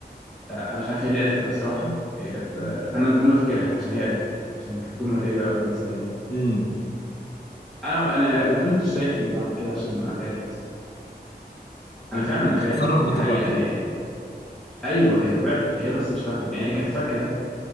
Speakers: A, in the centre; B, on the left (about 70°).
A: آه، انا مش عارف هي ليه قالت كده بصراحه هي كانت آه، فانا الجمله فاكرها عشان هي قالتها عشان كانت جمله غريبه قوي بالنسبه لي
B: امم
A: انا انا ما كنتش شايف اني بعمل كده عشان اتعرف اصلا انا فعلا
B: كنت بتتصرف
A: بخالف يعني دي
B: بطبيعتك
A: حقيقه هي ايوه هي طبيعتي هي بس مش فاهمه يعني هي كانت فاكره